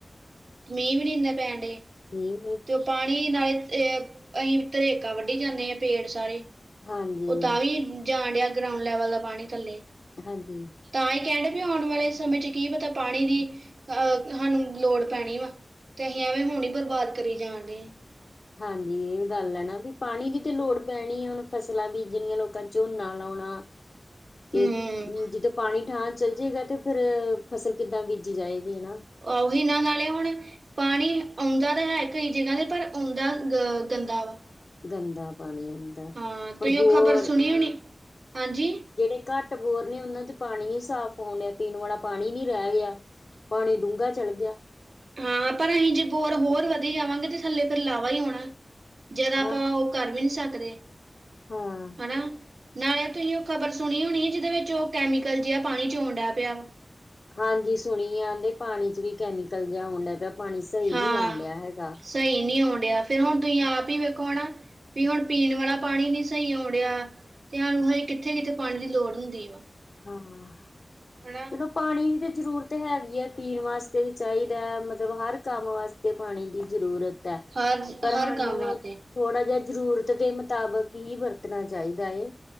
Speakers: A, on the right (about 75°); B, on the left (about 60°).
A: ਮੀਂਹ ਵੀ ਨੀ ਇੰਨਾ ਪੈਣ ਡਏ।
B: ਨੀਲ।
A: ਤੇ ਉਹ ਪਾਣੀ ਨਾਲੇ ਅ ਅਈ ਤਰੇਕਾਂ ਵੱਢੀ ਜਾਂਨੇ ਆ ਪੇੜ ਸਾਰੇ।
B: ਹਾਂਜੀ
A: ਉਹ ਤਾਂ ਵੀ ਜਾਣ ਡਿਆ ਗਰਾਉਂਡ ਲੈਵਲ ਦਾ ਪਾਣੀ ਥੱਲੇ।
B: ਹਾਂਜੀ।
A: ਤਾਂਹੀ ਕਹਿਣ ਡਏ ਆ ਵੀ ਆਉਣ ਵਾਲੇ ਸਮੇਂ ਵਿੱਚ ਕੀ ਪਤਾ ਪਾਣੀ ਦੀ ਅਹ ਸਾਨੂੰ ਲੋੜ ਪੈਣੀ ਵਾ ਤੇ ਅਸੀਂ ਐਵੇਂ ਹੁਣ ਹੀ ਬਰਬਾਦ ਕਰੀ ਜਾਣ ਡਏ ਆ।
B: ਹਾਂਜੀ ਇਹ ਵੀ ਗੱਲ ਹੈ ਨਾ ਵੀ ਪਾਣੀ ਦੀ ਤਾਂ ਲੋੜ ਪੈਣੀ ਹੈ ਹੁਣ ਫਸਲਾਂ ਬੀਜਣੀਆਂ ਲੋਕਾਂ ਨੇ ਝੋਨਾ ਲਾਉਣਾ। <inaudible> ਤੇ,
A: ਹੂੰ
B: ਜਿੱਦੋਂ ਪਾਣੀ ਠਾਂ ਚੱਲ ਜਾਏਗਾ ਤੇ ਫਿਰ ਫਸਲ ਕਿੱਦਾਂ ਬੀਜੀ ਜਾਏਗੀ ਹਨਾ।
A: ਉਹੀਨਾਂ ਨਾਲੇ ਹੁਣ ਪਾਣੀ ਆਉਂਦਾ ਤਾਂ ਹੈ ਕਈ ਜਗ੍ਹਾ ਤੇ ਪਰ ਆਉਂਦਾ ਅ ਗੰਦਾ ਵਾ।
B: ਗੰਦਾ ਪਾਣੀ।
A: ਹਾਂ
B: ਹੁਣ
A: ਤੁਸੀਂ
B: ਬੋਰ
A: ਉਹ ਖ਼ਬਰ ਸੁਣੀ ਹੋਣੀ, ਹਾਂਜੀ।
B: ਜਿਹੜੇ ਘੱਟ ਬੋਰ ਨੇ ਉਹਨਾਂ 'ਚ ਪਾਣੀ ਨੀ ਸਾਫ਼ ਆਉਣ ਡੀਆ, ਪੀਣ ਵਾਲਾ ਪਾਣੀ ਨੀ ਰਹਿ ਗਿਆ। ਪਾਣੀ ਡੂੰਘਾ ਚਲ ਗਿਆ।
A: ਹਾਂ ਪਰ ਅਸੀਂ ਜੇ ਬੋਰ ਹੋਰ ਵਧੀ ਜਾਵਾਂਗੇ ਤੇ ਥੱਲੇ ਫੇਰ ਲਾਵਾ ਹੀ ਹੋਣਾ। ਜਿਆਦਾ
B: ਹਾਂ
A: ਆਪਾਂ ਉਹ ਕਰ ਵੀ ਨੀ ਸਕਦੇ।
B: ਹਾਂ।
A: ਹਨਾ, ਨਾਲੇ ਤੁਸੀਂ ਉਹ ਖ਼ਬਰ ਸੁਣੀ ਹੋਣੀ ਜਿਹਦੇ ਵਿੱਚ ਉਹ ਕੈਮੀਕਲ ਜਿਹਾ ਪਾਣੀ 'ਚੋ ਆਉਣ ਡੈ ਪਿਆ।
B: ਹਾਂਜੀ ਸੁਣੀਆ ਆਦੇ ਪਾਣੀ 'ਚ ਵੀ ਕੈਮੀਕਲ ਜਿਹਾ ਆਉਣ ਡੈ ਪਿਆ ਪਾਣੀ ਸਹੀ
A: ਹਾਂ
B: ਨੀ ਆਉਣ ਡਿਆ ਹੈਗਾ।
A: ਸਹੀ ਨੀ ਆਉਣ ਡੈਆ, ਫਿਰ ਹੁਣ ਤੁਸੀਂ ਆਪ ਹੀ ਵੇਖੋ ਹਨਾ ਵੀ ਹੁਣ ਪੀਣ ਵਾਲਾ ਪਾਣੀ ਨੀ ਸਹੀ ਆਉਣ ਡਿਆ ਤੇ ਸਾਨੂੰ ਹਜੇ ਕਿੱਥੇ- ਕਿੱਥੇ ਪਾਣੀ ਦੀ ਲੋੜ ਹੁੰਦੀ ਵਾ,
B: ਹਾਂ
A: ਹਨਾ।
B: ਚਲੋ ਪਾਣੀ ਦੀ ਤਾਂ ਜ਼ਰੂਰਤ ਹੈਗੀ ਹੈ ਪੀਣ ਵਾਸਤੇ ਵੀ ਚਾਹੀਦਾ ਮਤਲਬ ਹਰ ਕੰਮ ਵਾਸਤੇ ਤੇ ਪਾਣੀ ਦੀ ਜ਼ਰੂਰਤ ਹੈ
A: ਹਰ
B: ਪਰ
A: ਹਰ
B: ਸਾਨੂੰ
A: ਕੰਮ ਵਾਸਤੇ
B: ਥੋੜ੍ਹਾ ਜਿਹਾ ਜ਼ਰੂਰਤ ਦੇ ਮੁਤਾਬਕ ਕੀ ਵਰਤਣਾ ਚਾਹੀਦਾ ਹੈ,